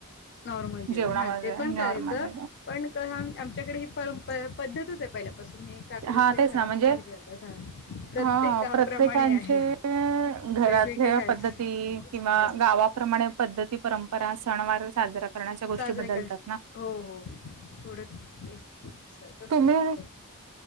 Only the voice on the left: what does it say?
नॉर्मल जीवन
हा ते पण
करायचं पण आमच्याकडे ही परंपरा पद्धतच आहे पहिल्या पासून हे काकडीचे
घ
घारगे हा प्रत्येक
गावाप्रमाणे
आहे.
वेगवेगळे आहेत
आहेत
साजऱे
कर
हो हो थोडं एक तस
आहे करतो.